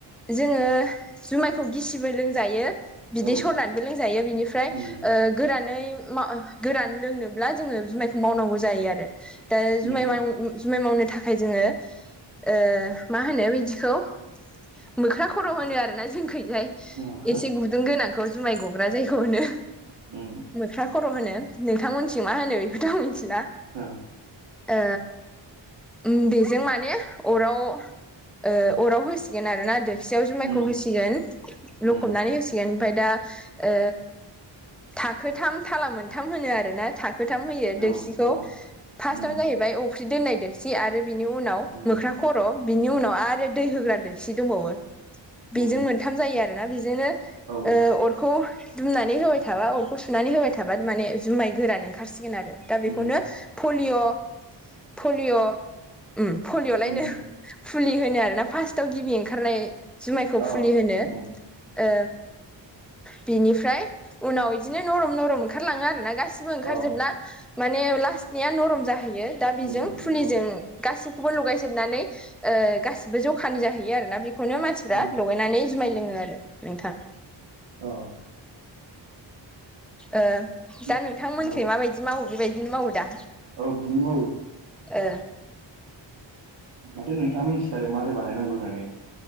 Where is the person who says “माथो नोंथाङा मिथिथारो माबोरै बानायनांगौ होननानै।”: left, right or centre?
Right